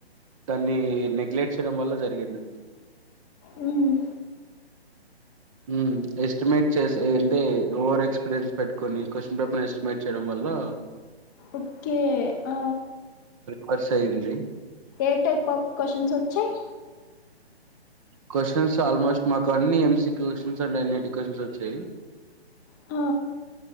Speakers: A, on the right (about 30°); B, on the left (about 20°).
A: దాన్ని neglect చేయడం వల్ల జరిగింది
B: మ్
A: మ్ estimate చేస ఏంటే ఓవర్ ఎక్స్పీరియన్స్ పెట్టుకొని, క్వశ్చన్ పేపర్ ఎస్టిమేట్ చేయడం వల్ల
B: ఓకే ఆ
A: వర్సైయ్యింది
B: ఏ టైప్ ఆఫ్ క్వశ్చన్స్ వచ్చాయి
A: కొషన్స్ ఆల్మోస్ట్ మాకు అన్నీ ఎం సీ క్యు క్వశ్చన్స్ అండి అన్ని టి క్వశ్చన్స్ వచ్చాయి
B: ఆ